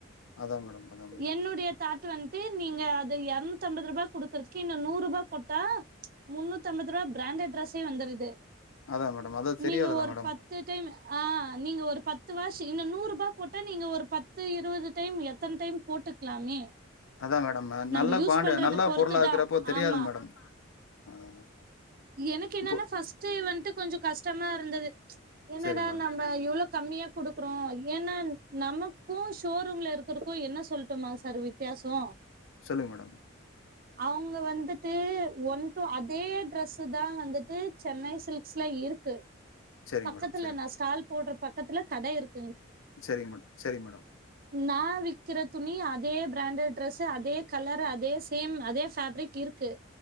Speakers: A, on the left; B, on the right.
A: அதா மேடம் அதா மேடம்
B: என்னுடைய தாட்டு வந்துட்டு நீங்க அது இரநூத்து அம்பது ரூபா குடுக்குறதுக்கு இன்னு நூறு ரூபா போட்டா முன்னூத்தி அம்பது ரூபா பிராண்டட் ட்ரெஸ்ஸே வந்துருது
A: அதா மேடம் அது தெரியாதுல்ல
B: நீங்க ஒரு
A: மேடம்
B: பத்து டைம் ஆ நீங்க ஒரு பத்து வாஷ் இன்னு நூறு ரூபா போட்ட நீங்க ஒரு பத்து இருபது டைம் எத்தன டைம் போட்டுக்கலாமே
A: அதா மேடம்
B: நம்ம
A: நல்ல
B: யூஸ்
A: குவாண்டி
B: பண்றத
A: நல்லா
B: பொறுத்துதா
A: பொருளா இருக்கிறப்போ தெரியாது
B: ஆமா
A: மேடம் அதா
B: எனக்கு என்னன்னா
A: இப்போ
B: பஸ்ட்டு வந்துட்டு கொஞ்சோ கஷ்ட கஷ்டமா இருந்தது என்னடா
A: செரிங்க மேடம்
B: நம்ம இவ்வளோ கம்மியா குடுக்குறோ ஏன்னா நமக்கும் ஷோரூம்ல இருக் கும் என்ன சொல்லட்டுமா சார் வித்தியாசம்
A: சொல்லுங்க மேடம்
B: அவுங்க வந்துட்டு ஒன் டு அதே ட்ரெஸ் தான் வந்துட்டு சென்னை சில்ஸ்ல இருக்கு
A: செரிங்க
B: பக்கத்துல
A: மேடம்
B: நா ஸ்டால் போடுற பக்கத்துல கடை இருக்
A: சரிங் மேடம் சரி மேடம்
B: நா விக்கிற துணி அதே பிராண்டட் ட்ரெஸ் அதே கலர் அதே சேம் அதே பேப்ரிக் இருக்கு